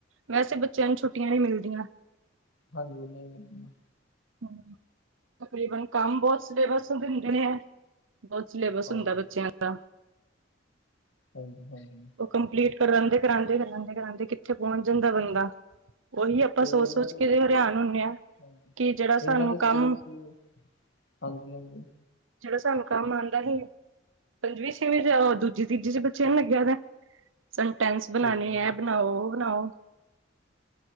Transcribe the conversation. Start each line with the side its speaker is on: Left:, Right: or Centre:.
Right: ਵੈਸੇ ਬੱਚਿਆਂ ਨੂੰ ਛੁੱਟੀਆਂ ਨੀ ਮਿਲਦੀਆਂ।
Left: ਹਾਂਜੀ ਨਹੀਂ ਮਿਲਦੀਆਂ।
Right: ਹੂੰ, ਤਕਰੀਬਨ ਕੰਮ ਬਹੁਤ ਸਿਲੇਬਸ ਨੂੰ ਦਿੰਦੇ ਐ। ਬਹੁਤ ਸਿਲੇਬਸ
Left: ਹਾਂਜੀ
Right: ਹੁੰਦਾ ਬੱਚਿਆਂ ਦਾ।
Left: <unintelligible> <inaudible>
Right: ਉਹ ਕੰਪਲੀਟ ਕਰਾਉਂਦੇ, ਕਰਾਉਦੇ ਕਰਾਉਂਦੇ ਕਿੱਥੇ, ਪਹੁੰਚ ਜਾਂਦਾ ਬੰਦਾ। ਉਹੀ ਆਪਾਂ,
Left: ਤੇ
Right: ਸੋਚ
Left: ਇਹਨਾਂ
Right: ਸੋਚ
Left: ਦੇ
Right: ਕੇ ਹਰਿਆਨ ਹੁੰਨੇ ਆ
Left: ਹਾਂਜੀ
Right: ਕਿ, ਜਿਹੜਾ ਸਾਨੂੰ
Left: ਇਹਨਾਂ, ਦੇ ਸਕੂਲ
Right: ਕੰਮ
Left: ਚ, ਹਾਂਜੀ ਹਾਂਜੀ
Right: ਜਿਹੜਾ ਸਾਨੂੰ ਕੰਮ ਆਉਂਦਾ ਸੀ। ਪੰਜਵੀ ਛੇਵੀ ਚ, ਦੂਜੀ ਤੀਜੀ ਚ, ਬੱਚਿਆ ਲੱਗਿਆ ਦਾ ਸੰਟੈਂਸ
Left: ਸਹੀ
Right: ਬਣਾਉਣੇ
Left: ਗੱਲ
Right: ਹੈ, ਬਣਾਓ ਉਹ ਬਣਾਓ